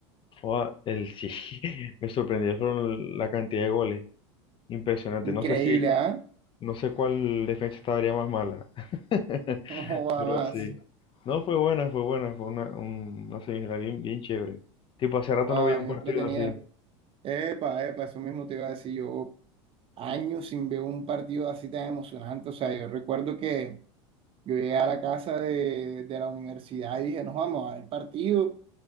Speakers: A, on the left (about 30°); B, on the right (about 35°).
A: Joda, el, <laughs> sí, me sorprendió fueron la cantidad de goles, impresionante.
B: Increíble,
A: No sé si,
B: ¿ah? <laughs>
A: No sé cuál defensa estaría más mala, <laughs>
B: No joda
A: pero
B: más,
A: sí. No, fue buena, fue buena, fue una, un- una semifinal bien, bien chévere. Tipo, hace
B: joda,
A: rato no veía
B: bien
A: un partido
B: entretenida.
A: así.
B: Epa, epa, eso mismo te iba a decir yo. años sin ver un partido así tan emocionante. O sea, yo recuerdo que yo llegué a la casa de, de la universidad y dije, nos vamos a ver el partido.